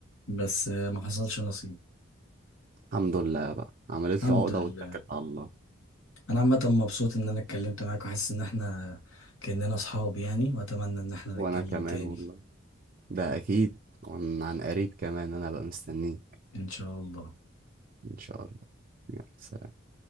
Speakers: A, on the left; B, on the right.
A: بس آه، ما حصلش نصيب
B: الحمد لله بقى عملت
A: الحمد
B: لي عقدة
A: لله
B: واتكلت على الله
A: انا عامه مبسوط ان انا اتكلمت معاك وحاسس ان احنا كاننا اصحاب يعني واتمنى ان احنا نتكلم
B: وانا كمان
A: تاني
B: والله ده اكيد عن عن قريب كمان انا بقى مستنيك
A: ان شاء الله
B: ان شاء الله يلا سلام